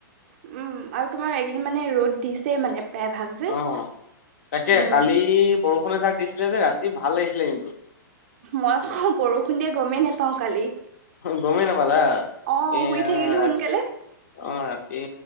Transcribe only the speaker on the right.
উম আৰু তোমাৰ এইকেইদিন মানে ৰ'দ দিছে মানে। প্ৰায় ভাগ যে।
উম,
মই আক বৰষুণ দিয় গমেই নোপাও কালি।
অ',
শুই থাকিলো
সোনকালে